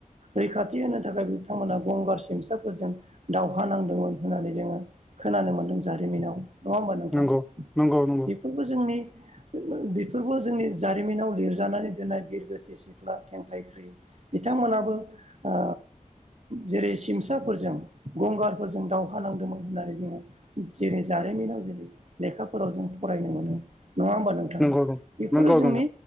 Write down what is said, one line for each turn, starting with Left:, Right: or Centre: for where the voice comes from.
Right: रैखाथि होनो थाखाय बिथांमोना गंगार सिमसाफोरजों दावहा नांदोंमोन होननानै जों ओ खोनानो मोनदों जारिमिनाव नङा होमबा नोंथां?
Centre: नंगौ नंगौ
Right: बेफोरबो जोंनि बेफोरबो जोंनि जारिमिनाव लिरजानानै दोननाय बिरगोस्रि सिख्ला थेंफायख्रि बिथांमोनाबो ओ जेरै सिमसाफोरजों गंगारफोरजों दावहा नांदोंमोन होननानै जोङो जेरै जारिमिनाव जेरै लेखाफोराव जों फरायनो मोनो। नङा होमबा नोंथां
Centre: नंगौ
Right: बे?
Centre: नंगौ
Right: फोरो
Centre: नंगौ
Right: जोंनि